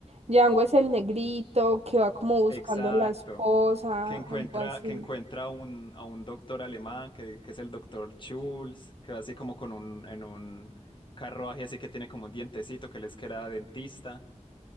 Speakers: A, on the right; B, on the left.
A: Django es el negrito que va como buscando
B: Exacto.
A: la esposa,
B: que encuentra,
A: algo así.
B: que encuentra un, a un doctor alemán, que, que es el doctor Schulz, que va así como con un, en un carruaje así que tiene como un dientecito que les queda dentista.